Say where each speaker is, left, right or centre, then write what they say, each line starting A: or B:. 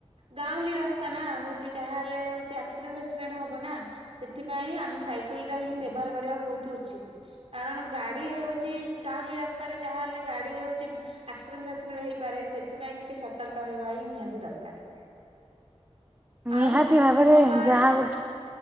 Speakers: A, on the right; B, on the right.
A: ଗାଉଁଲି ରାସ୍ତା ନା ହୋଉଚି ଯାହାହଲେ ହୋଉଚି ଆକ୍ସିଡେଣ୍ଟ ପେସମେଣ୍ଟ ହବ ନା ସେଥିପାଇଁ ଆମେ ସାଇକେଲ ଟା ହିଁ ବ୍ୟବହାର କରିବାକୁ ବୋହୁତ ଉଚିତ କାରଣ ଗାଡି ହୋଉଚି ଗାଉଁଲି ରାସ୍ତାରେ ଯାହାହଲେ ଗାଡି ରେ ହୋଉଚି ଆକ୍ସିଡେଣ୍ଟ ଫକ୍ସିଡେଣ୍ଟ ହେଇପାରେ ସେତ୍ ଏଥିପାଇଁ ଟିକେ ସତର୍କ ହେବା ହିଁ ନିହାତି ଦରକାର। ଆଉ
B: ନିହାତି ଭାବରେ
A: ତମ ଆଡେ
B: ଯାହା ଗୋଟେ